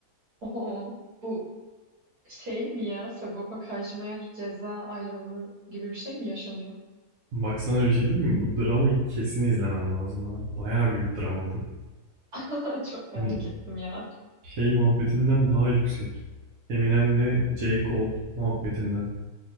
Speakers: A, on the right; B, on the right.
A: Oo, bu şey mi ya? Sagopa Kajmer ceza ayrılığı gibi bir şey mi yaşanıyor?
B: Baksana bir şey değil mi? Bu dramayı kesin izlemen lazım abi. Bayağı büyük drama bu.
A: <laughs> Çok merak
B: Hani
A: ettim ya.
B: şey muhabbetinden daha yüksek. Eminem'le J. Cole muhabbetinden.